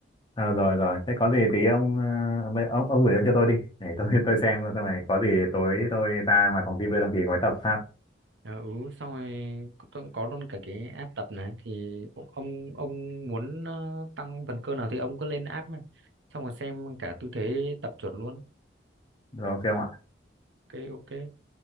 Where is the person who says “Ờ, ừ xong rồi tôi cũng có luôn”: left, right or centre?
Right